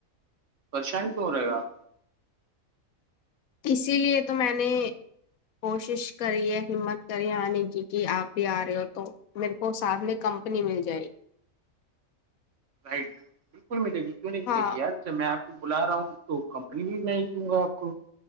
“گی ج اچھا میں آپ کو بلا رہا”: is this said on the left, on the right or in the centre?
Right